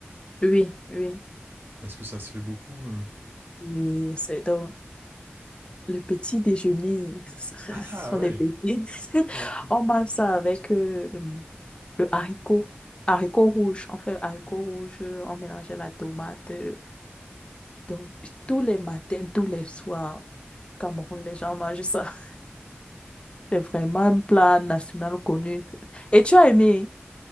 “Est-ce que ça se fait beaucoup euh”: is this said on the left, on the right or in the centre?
Right